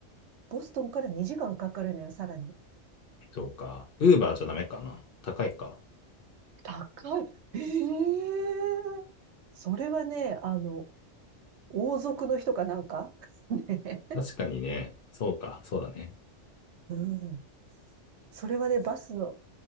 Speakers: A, on the right; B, on the left.
A: ボストンから2時間かかるのよ、さらに。
B: そうか。ウーバーじゃダメかな。高いか。
A: 高い。ええそれはね、あの、王族の人かなんか <laughs> ね。
B: 確かにね。そうか。そうだね。
A: うん。それはね、バスの